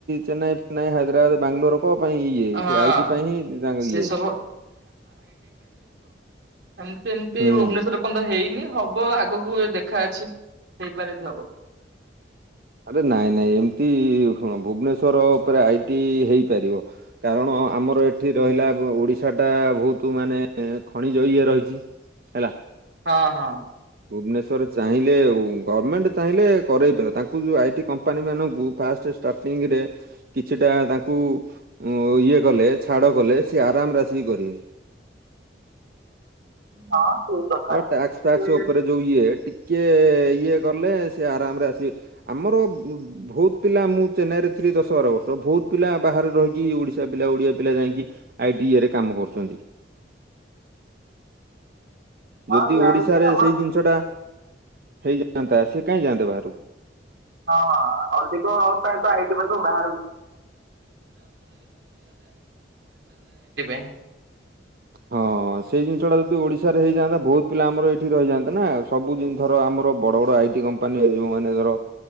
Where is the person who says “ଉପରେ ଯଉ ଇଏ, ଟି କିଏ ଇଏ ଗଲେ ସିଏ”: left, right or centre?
Right